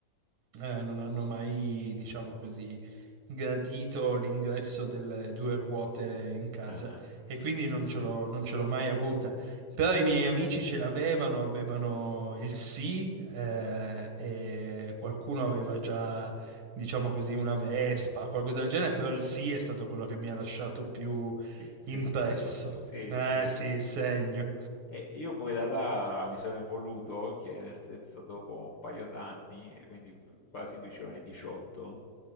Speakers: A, on the right; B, on the left.
A: eh, non hanno mai, diciamo così, gradito l'ingresso delle due ruote in casa
B: Ah.
A: e quindi non ce l'ho non ce l'ho mai avuta. Però i miei amici ce l'avevano, avevano il sì, eh, e qualcuno aveva già, diciamo così, una Vespa, qualcosa del genere, però il sì è stato quello che mi ha lasciato più
B: Il segno,
A: impresso.
B: no? Sì,
A: Eh
B: sì.
A: sì, il segno.
B: E io poi da là mi sono evoluto, che nel senso dopo un paio d'anni, e quindi quasi vicino ai 18,